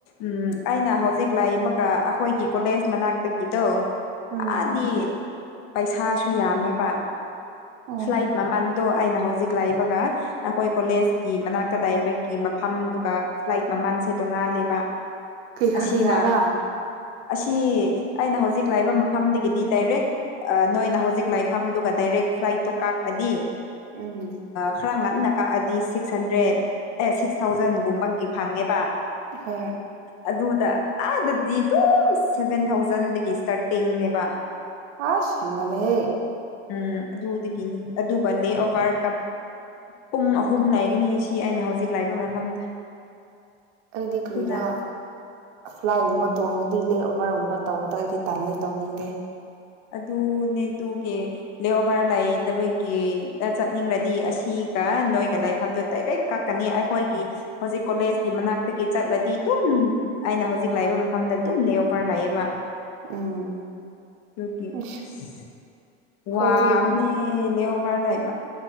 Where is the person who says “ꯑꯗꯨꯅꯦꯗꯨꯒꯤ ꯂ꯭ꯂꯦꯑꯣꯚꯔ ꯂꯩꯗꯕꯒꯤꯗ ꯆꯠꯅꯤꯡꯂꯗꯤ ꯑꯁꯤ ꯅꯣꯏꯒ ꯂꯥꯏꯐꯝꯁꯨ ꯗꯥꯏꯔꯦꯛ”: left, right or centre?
Left